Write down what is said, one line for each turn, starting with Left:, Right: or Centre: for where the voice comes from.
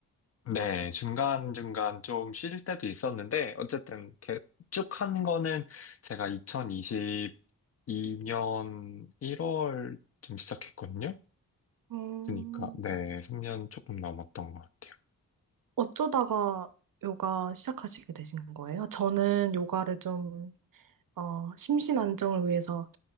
Left: 네, 중간중간 좀 쉴 때도 있었는데 어쨌든 쭉 한 거는 제가 2022년 1월쯤 시작했거든요.
Right: 음,
Left: 그러니까 네, 3년 조금 넘었던 것 같아요.
Right: 어쩌다가 요가 시작하시게 되신 거예요? 저는 요가를 좀, 어, 심신 안정을 위해서